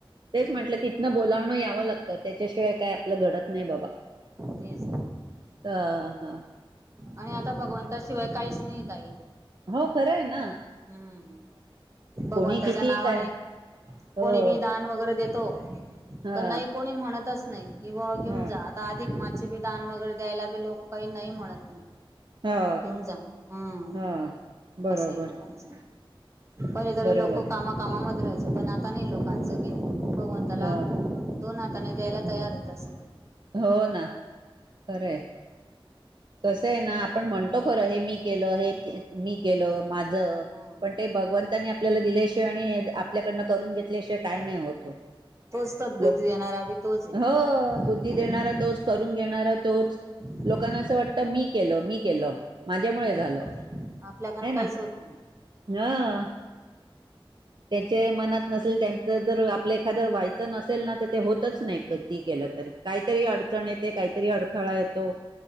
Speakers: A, on the right; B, on the right.
A: तेच म्हटल तिथन बोलावण याव लागत. त्याच्याशिवाय काय आपल घडत नाही बाबा.
B: तेच
A: हं हं
B: आणि आता भगवंताशिवाय काहीच नाही ताई.
A: हो खरं आहे ना.
B: हम्म भगवंताच्या
A: कोणी किती
B: नावाने
A: काय हो
B: कोणी बी दान वगैरे देतो
A: हा
B: तर नाही कोणी म्हणतच नाही. की बाबा घेऊन
A: हा
B: जा अधिक मास तेबी दान वगैरे द्यायला बी लोक काय नाही म्हणत नाहीत.
A: हा
B: घेऊन जा हम्म
A: हा बरोबर
B: अस आहे लोकांच. पहिले तरी
A: बरोबर
B: लोक कामा कामामध्ये राहायचे. पण आता नाही लोकांच घेण भगवंतला
A: ह
B: दोन हाताने द्यायला तयार आहेत अस.
A: हो ना खर आहे.
B: तीच
A: कस
B: गोष्ट
A: आहे ना आपण म्हण तो खर हे मी केल. हे की मी केल. माझं
B: हम्म
A: पण ते भगवंतांनी
B: हम्म
A: आपल्याला दिल्याशिवाय आणि ह्या आपल्याकडनं करून घेत ल्याशिवाय काय नाही होत हो.
B: तोच सद्बुद्धी
A: लोक
B: देणारा बी तोच आहे.
A: हो बुध बुद्धी
B: हम्म.
A: देणारा तोच. करून घेणार तोच.
B: हम्म
A: लोकांना अस वाटत मी केल. मी केल. माझ्यामुळे
B: नाही
A: झाल.
B: ना आपल्याकन
A: हे ना.
B: काहीच होत नाही ते.
A: हम्म त्याच्या मनात नसेल त्यांच जर आपल एखाद व्हायच नसेल ना तर ते होतच नाही किती केलं तरी. काहीतरी अडचण येते. काहीतरी अडथळा येतो.